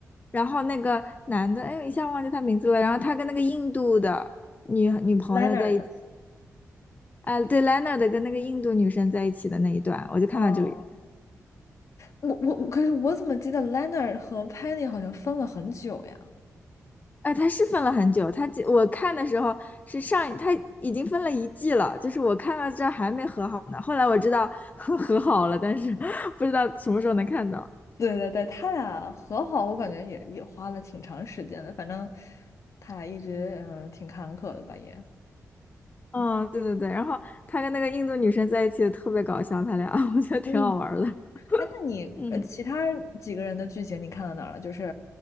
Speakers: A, on the left; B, on the left.
A: 然后那个男的，哎，一下忘记他名字了。然后他跟那个印度的女女朋友在一起，
B: Leonard，
A: 哎、对，Leonard 跟那个印度女生在一起的那一段，我就看到这里。
B: 哦，我我我，可是我怎么记得 Leonard 和 Penny 好像分了很久呀？
A: 哎，他是分了很久，他我看的时候是上一，它已经分了一季了，就是我看到这儿还没和好呢。后来我知道 <laughs> 和好了，但是 <laughs> 不知道什么时候能看到。
B: 对对对，他俩和好，我感觉也也花了挺长时间的，反正他俩一直嗯挺坎坷的吧也。
A: 嗯，对对对，然后他跟那个印度女生在一起也特别搞笑，他俩 <laughs> 我觉得挺好玩儿的。
B: 嗯，哎，那你呃其他几个人的剧情你看到哪儿了？
A: 嗯，
B: 就是